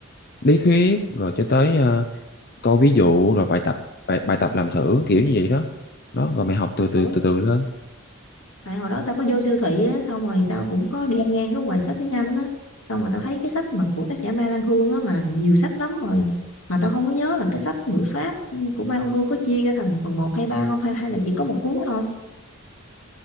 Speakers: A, on the left; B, on the left.
A: lý thuyết rồi cho tới ờ, câu ví dụ rồi bài tập bài, bài tập làm thử kiểu như vậy đó đó rồi mày học từ từ
B: Ủa,
A: từ từ lên
B: tại hồi đó tao có vô siêu thị á, xong rồi tao cũng có đi ngang cái quầy sách tiếng Anh á, xong rồi tao thấy cái sách mà của tác giả Ma Lan Hương á mà nhiều sách lắm rồi. Mà tao không có nhớ là cái sách ngữ pháp ừ, của Ma Lan Hương có chia ra thành phần một hay 3 không hay hay là chỉ có một cuốn thôi.